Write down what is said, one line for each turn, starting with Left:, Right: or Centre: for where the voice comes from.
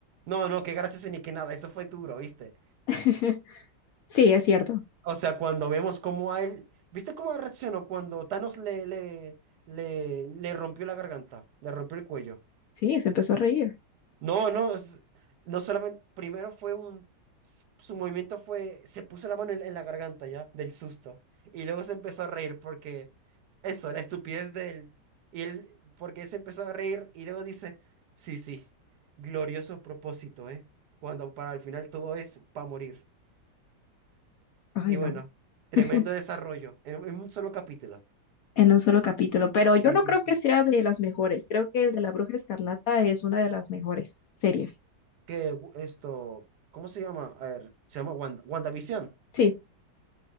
Right: No, no, qué gracioso ni qué nada, eso fue duro, ¿viste?
Left: <laughs> Sí, es cierto.
Right: O sea, cuando vemos cómo a él, ¿viste cómo reaccionó cuando Thanos le, le, le, le rompió la garganta, le rompió el cuello?
Left: Sí, se empezó a reír.
Right: No, no, es- no solamente, primero fue un, s- su movimiento fue, se puso la mano en, en la garganta ya, del susto, y luego se empezó a reír porque, eso, la estupidez de él, y él, porque él se empezó a reír y luego dice, sí, sí, glorioso propósito, ¿eh? Cuando para el final todo es para morir.
Left: Ay,
Right: Y bueno,
Left: no.
Right: tremendo
Left: <laughs>
Right: desarrollo, en, un en un solo capítulo.
Left: En un solo capítulo. Pero yo
Right: Sí,
Left: no
Right: sí,
Left: creo
Right: sí.
Left: que sea de las mejores. Creo que el de la Bruja Escarlata es una de las mejores series.
Right: Que gu- esto, ¿cómo se llama? A ver, se llama Wanda, WandaVision.
Left: Sí,